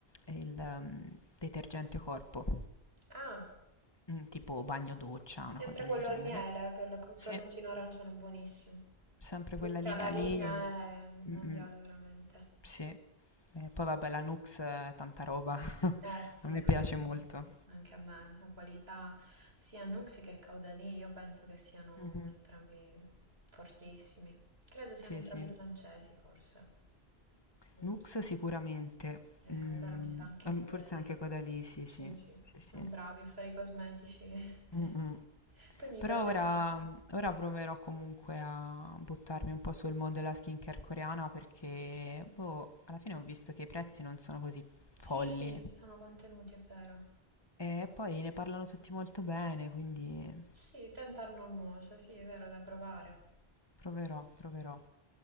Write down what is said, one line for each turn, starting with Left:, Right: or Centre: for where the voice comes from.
Left: il mm, detergente corpo
Right: Ah,
Left: Mh, tipo bagno doccia,
Right: sempre
Left: una cosa
Right: quello
Left: del genere.
Right: al miele, che il
Left: Sì,
Right: flaconcino arancione è buonissimo.
Left: sempre
Right: Tutta
Left: quella linea
Right: la linea
Left: lì. e-
Right: è mondiale
Left: Mh-mh.
Right: veramente.
Left: Sì. E poi vabbè, la Nux, eh, tanta roba. <laughs>
Right: Eh sì,
Left: A me
Right: anche,
Left: piace molto.
Right: anche a me, la qualità sia Nux che Caudalie, io penso che siano
Left: Mhm.
Right: entrambi fortissimi. Credo siano
Left: Sì,
Right: entrambi
Left: sì.
Right: francesi, forse. Non
Left: Nux
Right: so.
Left: sicuramente.
Right: Eh,
Left: Mm,
Right: allora mi sa anche
Left: am-
Right: Caudalie.
Left: forse anche quella lì, sì,
Right: Sì,
Left: sì.
Right: sì,
Left: Sì,
Right: sono
Left: sì.
Right: bravi a fare i cosmetici. <laughs>
Left: Mm-mm.
Right: Poi mi
Left: Però
Right: parlavi.
Left: ora, ora proverò comunque a buttarmi un po' sul mondo della skincare coreana perché, boh, alla fine ho visto che i prezzi non sono così
Right: Sì,
Left: folli.
Right: sì, sono contenuti, è vero.
Left: E poi ne parlano tutti molto bene, quindi
Right: Sì, tentar non nuoce, sì, è vero, da provare.
Left: proverò, proverò.